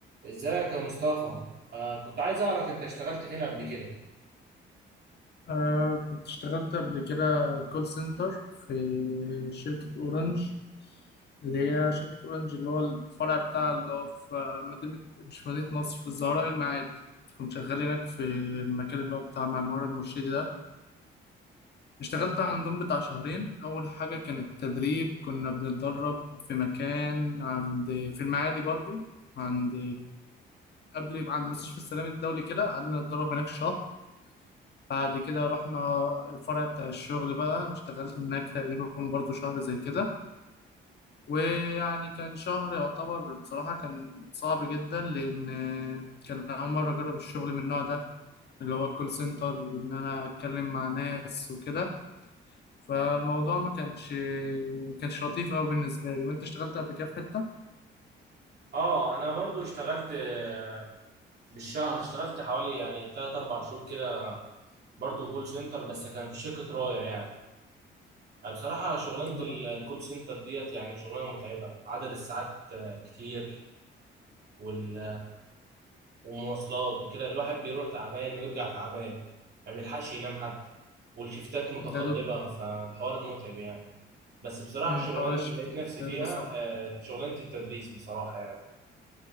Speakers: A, on the right (about 55°); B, on the left (about 55°).
A: ازيك يا مصطفى آه كنت عايز اعرف انت اشتغلت فين قبل كده
B: آه كنت اشتغلت قبل كده كول سنتر في شركة أورنج اللي هي شركة أورنج اللي هو الفرع بتاع اللي هو في مدينة مش في مدينة نصر في الزهراء المعادي كنت شغال هناك في المكان اللي هو بتاع معمار المرشدي ده اشتغلت عندهم بتاع شهرين أول حاجة كانت تدريب كنا بنتدرب في مكان عند في المعادي برضو عند قبل عند مستشفى السلام الدولي كده قعدنا نتدرب هناك شهر بعد كده رحنا الفرع بتاع الشغل بقى اشتغلت هناك تقريبا برضو شهر زي كده ويعني كان شهر يعتبر بصراحة كان صعب جدا لأن كان أول مرة أجرب الشغل من النوع ده اللي هو الكول سنتر وإن أنا أتكلم مع ناس وكده فالموضوع ما كانش ما كانش لطيف أوي بالنسبة لي وأنت اشتغلت قبل كده في حتة؟
A: اه انا برضو اشتغلت آه، بالشهر اشتغلت حوالي يعني 3 4 شهور كده برضو كول سنتر بس كان في شركة راية يعني أنا بصراحة شغلانة
B: آه.
A: الكول سنتر ديت يعني شغلانة متعبة عدد الساعات آه، كتير وال- والمواصلات وكده الواحد بيروح تعبان ويرجع تعبان ما بيلحقش ينام حد والشفتات متقلبة
B: ده دب
A: فالحوار متعب يعني بس بصراحة
B: مم،
A: الشغلانة
B: حوار الشفت
A: اللي لقيت نفسي
B: ده
A: فيها
B: ده صعب
A: آه، شغلانة التدريس بصراحة يعني